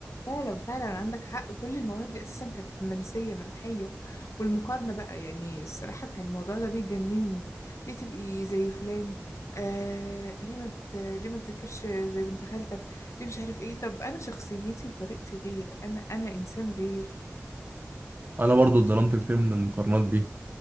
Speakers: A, on the left; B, on the right.
A: فعلا فعلا عندك حق كل المواهب دي اساسا كانت منسيه ممحيه والمقارنه بقى يعني الصراحه كان الموضوع ده بيجنني ليه تبقي زي فلان آه ليه ما ت- ليه ما تذاكرش زي بنت خالتك ليه مش عارف ايه طب انا شخصيتي وطريقتي غير انا انا انسان غير
B: أنا برضو اتظلمت كتير من المقارنات دي